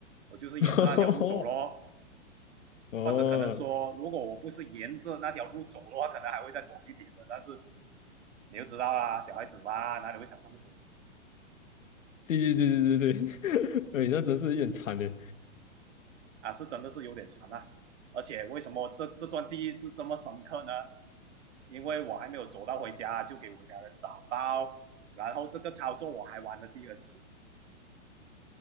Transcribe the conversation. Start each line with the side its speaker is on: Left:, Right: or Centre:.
Right: 我就是沿着那条路走咯。
Left: <laughs> 哦，
Right: 或者可能说，如果我不是沿着那条路走的话，可能还会再短一点的。但是你就知道啊，小孩子嘛，哪里会想这么多
Left: 对对对对对对，<laughs> 哎，那真是有点惨呢。
Right: 啊？是真的是有点长啊。而且为什么这这段记忆是这么深刻呢？因为我还没有走到回家，就给我家人找到，然后这个操作我还玩了第二次。